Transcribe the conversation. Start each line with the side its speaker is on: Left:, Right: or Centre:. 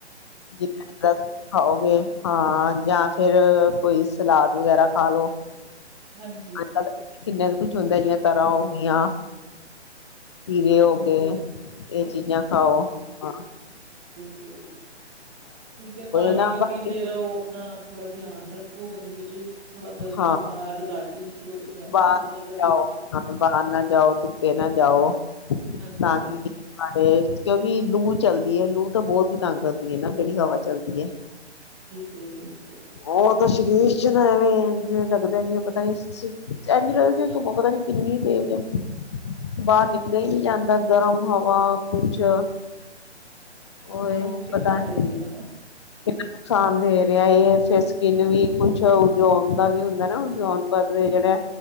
Left: <unintelligible> ਖਾਓਗੇ ਹਾਂ ਜਾਂ ਫਿਰ ਕੋਈ ਸਲਾਦ ਵਗੈਰਾ ਖਾ ਲੋ।
Right: ਹਾਂਜੀ।
Left: ਅੱਜ ਕੱਲ ਕਿੰਨਾ ਕੁਛ ਹੁੰਦਾ ਜਿਆਂ ਤਰ੍ਹਾਂ ਹੋ ਗਈਆਂ ਵੀਰੇ ਹੋ ਗਏ ਇਹ ਚੀਜ਼ਾਂ ਖਾਓ ਹਾ।
Right: ਹਮ। ਠੀਕ ਹੈ ਪਾਣੀ
Left: ਨਾ
Right: ਵੀ
Left: ਬਾਕੀ
Right: ਪੀਂਦੇ ਰਹੋ ਆਪਨਾ ਥੋੜਾ ਧਿਆਨ ਰੱਖੋ ਗਰਮੀ ਚ ਥੋੜਾ ਗਰਮੀ
Left: ਹਾਂ
Right: ਚ ਬਾਹਰ ਘਾਟ ਹੀ ਨਿਕਲੋ ਜ਼ਿਆਦਾ
Left: ਬਾਹਰ
Right: ਚੰਗਾ
Left: ਨਾ
Right: ਹੈਗਾ ਧੁੱਪ
Left: ਜਾਓ
Right: ਚ
Left: ਹ ਬਾਹਰ ਨਾ ਜਾਓ ਧੁੱਪੇ ਨਾ ਜਾਓ ਤਾਂ
Right: ਹਾਂਜੀ
Left: ਕਿ ਤੇ ਕਿਉਂਕਿ ਲੂ ਚਲਦੀ ਹੈ ਲੂ ਤਾਂ ਬਹੁਤ ਹੀ ਤੰਗ ਹੁੰਦੀ ਹੈ ਨਾ ਜਿਹੜੀ ਹਵਾ ਚਲਦੀ ਹੈ।
Right: ਬਿਲਕਲ।
Left: ਉਹ ਤਾਂ ਸਰੀਰ ਚ ਨਾ ਐਵੇਂ ਅੰਜ ਲੱਗਦਾ ਜਵੇ ਤੁਪ ਪਤਾ ਨੀ ਕਿੰਨੀ ਤੇਜ਼ ਹੈ ਬਾਹਰ ਨਿਕਲਿਆ ਹੀ ਨ ਜਾਂਦਾ ਗਰਮ ਹਵਾ ਕੁਛ ਓਏ
Right: ਨੁਕਸਾਨ ਕਿਤਨਾ
Left: ਪਤਾ ਨੀ
Right: ਦੇਰੀ ਹੈ ਨਹੀਂ।
Left: ਨੁਕਸਾਨ ਦੇ ਰਿਹਾ ਇਹ ਫੇ ਸਕਿਨ ਵੀ ਕੁਛ <unintelligible> ਦਾ ਵੀ ਹੁੰਦਾ ਨਾ <unintelligible> ਪਧ ਜਿਹੜਾ